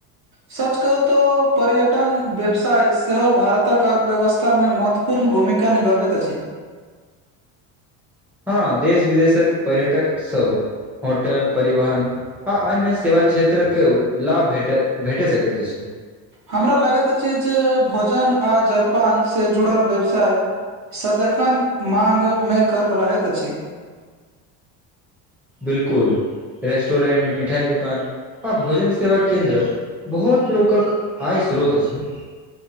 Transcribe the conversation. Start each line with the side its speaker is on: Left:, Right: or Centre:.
Right: सच कहू तो पर्यटन व्यवसाय सेहो भारतक अर्थव्यवस्था में महत्व पूर्ण भूमिका निभबैत अछि
Centre: हँ देश विदेशक पर्यटक सब होटल परिवहन आ अन्य सेवा क्षेत्र के लाभ भेट भेटे सकैत अछि
Right: हमरा लगैत अछि जे भोजन आ जलपान से जुड़ल व्यवसाय सदेखन माँग मेकर रहैत अछि
Centre: बिलकुल रेस्टोरेंट मिठाई दुकान आ भोजन सेवा केन्द्र बहुत लोकक आय स्रोत अछि